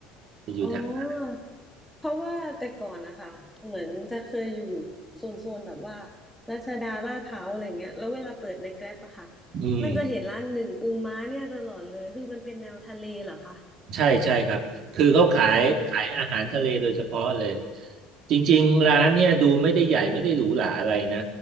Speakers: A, on the right; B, in the centre.
A: จะอยู่แถว
B: อ๋อเพราะว่าแต่ก่อนนะคะเหมือนจะเคยอยู่โซนโซนแบบว่ารัชดาลาดพร้าวอะไรเงี้ยแล้วเวลาเปิดในแกร็บอะค่ะ
A: อืม
B: มันจะเห็นร้านหนึ่งปูม้าเนี่ยตลอดเลยคือมันเป็นแนวทะเลเหรอคะ
A: ใช่ใช่ครับคือเขาขายขายอาหารทะเลโดยเฉพาะเลย
B: อ๋อ
A: จริงๆร้านเนี่ยดูไม่ได้ใหญ่ไม่ได้หรูหราอะไรนะ